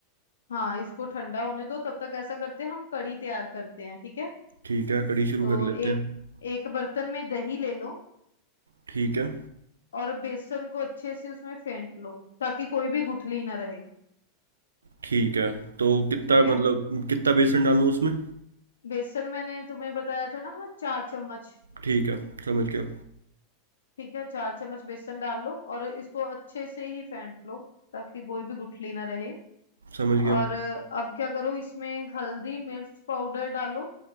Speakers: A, on the left (about 65°); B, on the right (about 70°).
A: हाँ इसको ठंडा होने दो तब तक ऐसा करते हैं हम कढ़ी तैयार करते हैं ठीक है
B: ठीक है कढ़ी शुरू
A: तो
B: कर लेते
A: एक
B: हैं
A: एक बर्तन में दही ले लो
B: ठीक है
A: और बेसन को अच्छे से उसमें फेंट लो ताकि कोई भी गुठली ना रहे
B: ठीक है तो कितना
A: ठीक है
B: मतलब कितना बेसन डाल लूँ उसमें
A: बेसन मैंने तुम्हें बताया था ना चार चम्मच
B: ठीक है समझ गया
A: ठीक है चार चम्मच बेसन डाल लो और इसको अच्छे से ही फेंट लो ताकि कोई भी गुठली ना रहे
B: समझ
A: और
B: गया
A: अब क्या करो इसमें हल्दी मिर्च पाउडर डालो